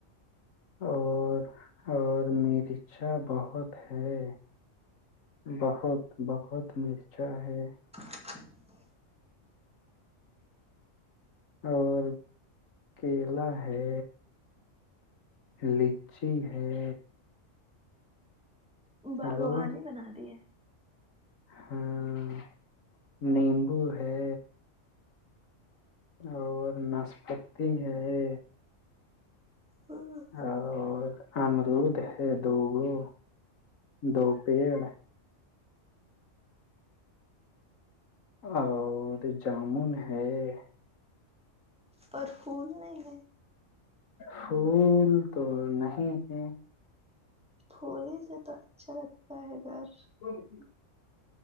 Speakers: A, on the left; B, in the centre.
A: اور اور مریچچا بہت ہے <unintelligible> بہت بہت میچھا ہے <unintelligible>
B: گ <unintelligible>
A: اور کیلا ہے لچی ہے
B: باغوانی
A: ہلو
B: بنا دی ہے
A: ہاں نیمبو ہے اور ناشپتی ہے
B: ہاں
A: اور امرود ہے دو گو دو پیڑ ا تو جامن ہے <unintelligible>
B: اور پھول نہیں ہے
A: پھول تو نہیں ہے
B: پھول سے تو اچھا لگتا ہے گھر
A: ج جی <unintelligible>